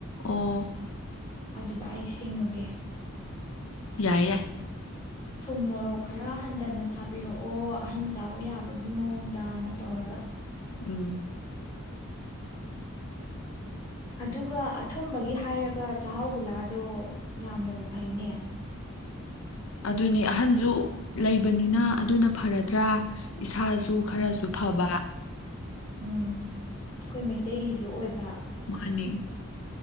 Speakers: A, on the left; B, on the left.
A: ꯑꯣ
B: ꯑꯗꯨꯗ ꯑꯩ ꯁꯤꯡꯉꯒꯦ
A: ꯌꯥꯏ ꯌꯥꯏ
B: ꯊꯨꯝ ꯃꯣꯔꯣꯛ ꯈꯔ ꯍꯟꯊꯅ ꯁꯥꯕꯤꯔꯛꯑꯣ ꯑꯍꯟ ꯆꯥꯕ ꯌꯥꯕꯒꯤ ꯃꯑꯣꯡꯗꯅ ꯇꯧꯔꯒ
A: ꯎꯝ
B: ꯑꯗꯨꯒ ꯑꯊꯨꯝꯕꯒꯤ ꯍꯥꯏꯔꯒ ꯆꯥꯛꯍꯥꯎ ꯒꯨꯂꯥꯗꯣ ꯌꯥꯝꯅꯕꯨ ꯐꯩꯅꯦ
A: ꯑꯗꯨꯅꯦ ꯑꯍꯟꯁꯨ ꯂꯩꯕꯅꯤꯅ ꯑꯗꯨꯅ ꯐꯔꯗ꯭ꯔꯥ ꯏꯁꯥꯁꯨ
B: ꯎꯝ
A: ꯈꯔꯁꯨ ꯐꯕ
B: ꯎꯝ ꯑꯩꯈꯣꯏ ꯃꯩꯇꯩꯒꯤꯁꯨ ꯑꯣꯏꯕ
A: ꯃꯥꯟꯅꯦ